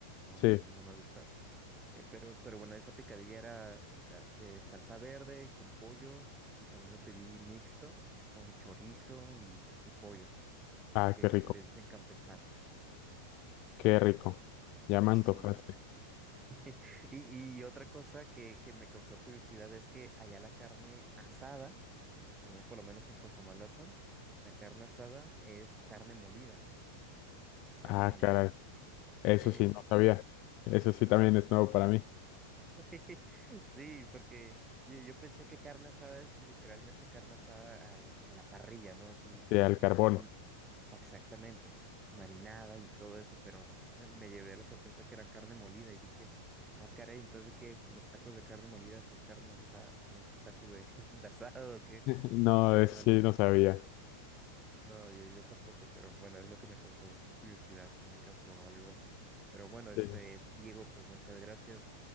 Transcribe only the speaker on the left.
sí.
Ah,
qué rico,
qué rico. Ya me
antojaste.
Ah,
caray. Eso
sí, no sabía. Eso sí también es nuevo para mí.
Sí, al
carbón.
<laughs> No,
eso
sí, no sabía.
Sí,